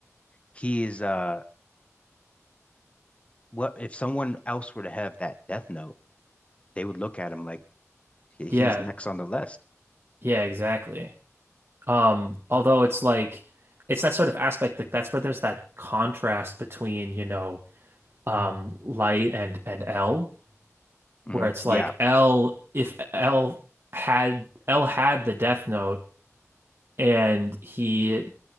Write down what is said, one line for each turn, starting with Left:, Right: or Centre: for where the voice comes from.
Left: he is uh what if someone else were to have that death note, they would look at him like he-
Right: Yeah,
Left: he's next on the list.
Right: Yeah, exactly. Um, although it's like it's that sort of aspect like that's where there's that contrast between, you know, um light and and L
Left: Mhm.
Right: where it's
Left: Yeah.
Right: like L if L had L had the Death Note and he